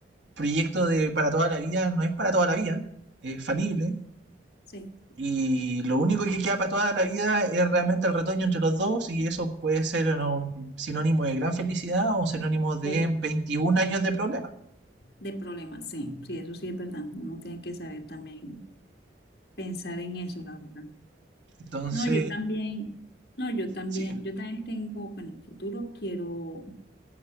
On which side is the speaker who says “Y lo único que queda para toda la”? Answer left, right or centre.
Right